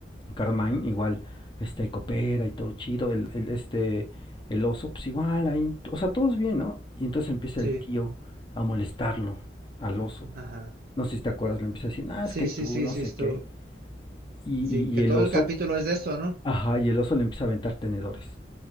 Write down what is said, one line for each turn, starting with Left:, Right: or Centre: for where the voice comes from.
Left: Carmine, igual, este, ahí coopera y todo chido, el, el, este, el oso, pues igual, ahí, o sea, todos bien, ¿no? Y entonces empieza
Right: sí,
Left: el tío a molestarlo al oso.
Right: ajá.
Left: No sé si te acuerdas, le empieza a decir, ah,
Right: Sí,
Left: es que tú,
Right: sí, sí,
Left: no
Right: sí,
Left: sé
Right: esto,
Left: qué. Y,
Right: sí,
Left: y,
Right: que
Left: y el
Right: todo
Left: oso,
Right: el capítulo es de eso, ¿no?
Left: ajá, y el oso le empieza a aventar tenedores.